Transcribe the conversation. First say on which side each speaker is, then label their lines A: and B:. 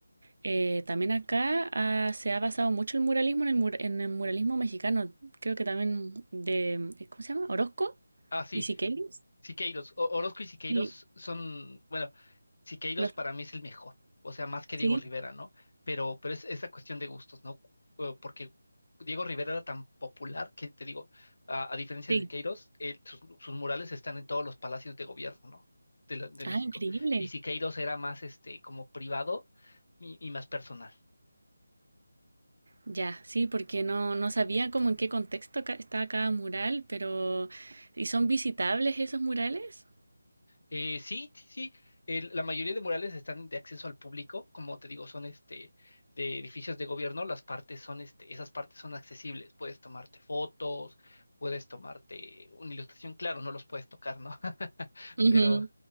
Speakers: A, on the right; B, on the left.
A: Eh, también acá ah, se ha basado mucho el muralismo en el, mur- en el muralismo mexicano. Creo que también de, eh, ¿cómo se llama? Orozco
B: Ah, sí,
A: y Siqueiros.
B: Siqueiros, O- Orozco y Siqueiros
A: Sí,
B: son, bueno, Siqueiros
A: los,
B: para mí es el mejor, o sea, más que Diego
A: sí,
B: Rivera, ¿no? Pero, pero es esa cuestión de gustos, ¿no? Eh, Porque Diego Rivera era tan popular que te digo, a, a diferencia
A: sí.
B: de Siqueiros, él- sus, sus murales están en todos los palacios de gobierno, ¿no? De, la- de México.
A: Ah, increíble.
B: Y Siqueiros era más este como privado y, y más personal.
A: Ya, sí, porque no, no sabía como en qué contexto ca- está cada mural, pero ¿y son visitables esos murales?
B: Eh, sí, sí, sí. El- la mayoría de murales están de acceso al público, como te digo, son este de edificios de gobierno, las partes son este, esas partes son accesibles. Puedes tomarte fotos, puedes tomarte una ilustración, claro, no los puedes tocar, ¿no? <laughs>
A: Ujú,
B: Pero,